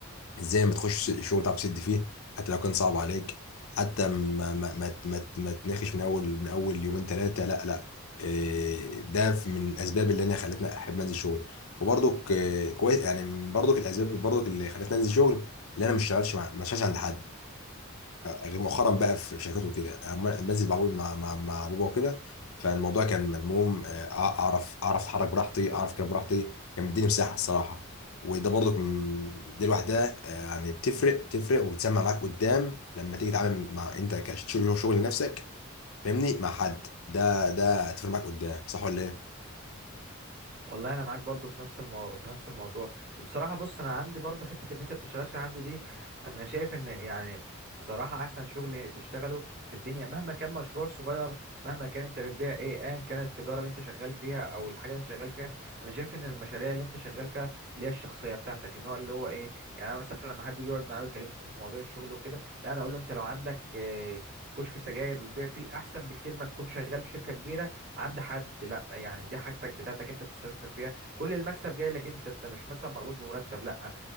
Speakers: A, on the left; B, on the right.
A: ازاي ما تخش شغل تعرف تسد فيه حتى لو كان صعب عليك حتى ما ما ما ما, ما تناقش من اول من اول يومين ثلاثه لا لا إيه، ده في- من الاسباب اللي انا خلتنا احب انزل شغل وبرضك إيه، كويس يعني برضك الاسباب برضك اللي خلتنا انزل شغل اللي انا ما اشتغلش مع ما اشتغلش عند حد غير مؤخرا بقى في شركات وكده أما- أما انزل بعوم مع مع مع بابا وكده فالموضوع كان ملموم آه، اعرف اعرف اتحرك براحتي اعرف كلام براحتي كان بيديني مساحه الصراحه وده برضك م- دي لوحدها آه، يعني بتفرق بتفرق وبتسمع معاك قدام لما تيجي تتعامل مع انت كشغل شغل لنفسك فاهمني مع حد ده ده هتفرق معاك قدام صح ولا ايه؟
B: والله انا معاك برضو في نفس المو... في نفس الموضوع وبصراحه بص انا عندي برضو حته ان انت بتشتغلش عندي دي انا شايف ان يعني بصراحه احسن شغل تشتغله في الدنيا مهما كان مشروع صغير مهما كان انت بتبيع ايه ايا كانت التجاره اللي انت شغال فيها او الحاجه اللي انت شغال فيها انا شايف ان المشاريع اللي انت شغال فيها اللي هي الشخصيه بتاعتك النوع اللي هو ايه يعني انا مثلا لما حد يجي يقعد معايا ويكلمني في موضوع الشغل وكده لا انا اقول له انت لو عندك إيه، كشك سجاير بتبيع فيه احسن بكتير ما تكون شغال في شركه كبيره عند حد لا يعني دي حاجتك بتاعتك انت بتستثمر فيها كل المكسب جاي لك انت انت مش مثلا مربوط بمرتب لا